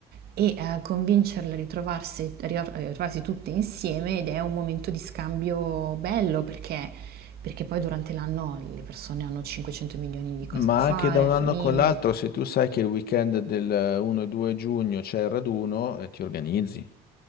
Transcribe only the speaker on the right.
e eh, convincerle a ritrovarsi, a ritrovarsi tutte insieme ed è un momento di scambio bello perché, perché poi durante l'anno le persone hanno 500 milioni di cose
da fare,
la
famiglia.